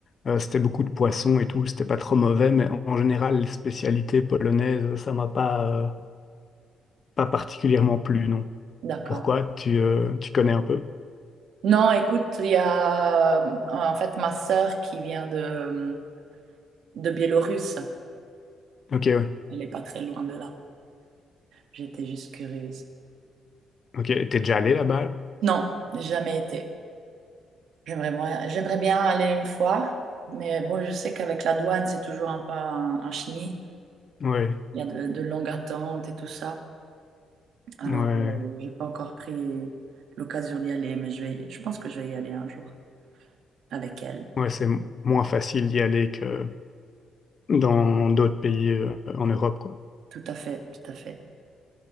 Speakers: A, on the left; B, on the right.
A: euh, c'était beaucoup de poissons et tout, c'était pas trop mauvais, mais en général, les spécialités polonaises, ça m'a pas, euh, pas particulièrement plu, non.
B: D'accord.
A: Pourquoi? Tu, euh, tu connais un peu?
B: Non, écoute, il y a euh, en fait ma sœur qui vient de, de Biélorusse.
A: Ok, ouais.
B: Elle n'est pas très loin de là. J'étais juste curieuse.
A: Ok, t'es déjà allé là-bas?
B: Non, jamais été. J'aimerais bien, j'aimerais bien aller une fois, mais bon, je sais qu'avec la douane, c'est toujours un peu un, un chenil.
A: Ouais,
B: Il y a de, de longues attentes et tout ça. Alors,
A: ouais,
B: euh, j'ai pas encore pris l'occasion d'y aller, mais je vais, je pense que je vais y aller un jour avec elle.
A: ouais, c'est m- moins facile d'y aller que dans d'autres pays euh, en Europe, quoi.
B: Tout à fait, tout à fait.